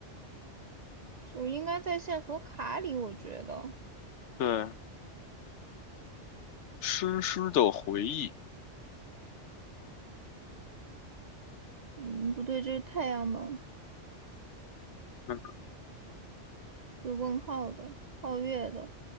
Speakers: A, on the right; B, on the left.
A: 就应该在线索卡里，我觉得。
B: 对，诗诗的回忆。
A: 嗯，不对，这是太阳门，
B: 嗯，
A: 有问号的，皓月的，